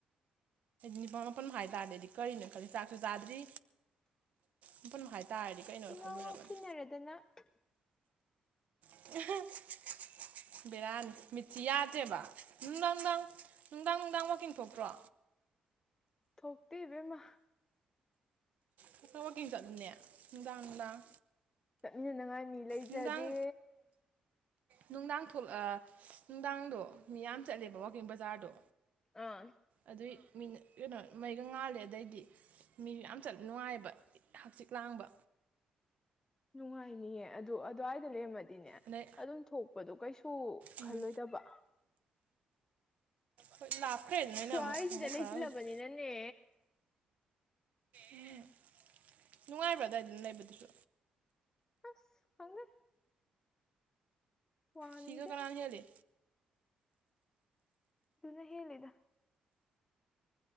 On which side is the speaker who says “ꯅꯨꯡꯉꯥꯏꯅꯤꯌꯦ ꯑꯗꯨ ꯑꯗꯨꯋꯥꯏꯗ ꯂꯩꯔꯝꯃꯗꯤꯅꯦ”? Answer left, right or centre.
Left